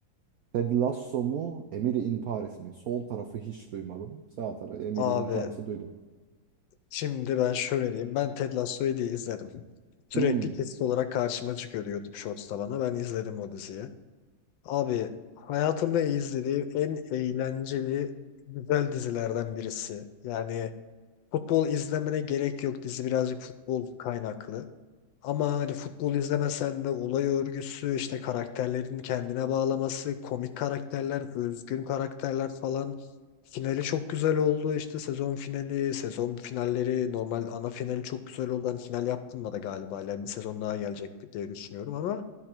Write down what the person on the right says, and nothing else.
Ted Lasso mu Emily in Paris mi? Sol tarafı hiç duymadım. Sağ tarafı Emily
in Paris'i duydum.
Hmm.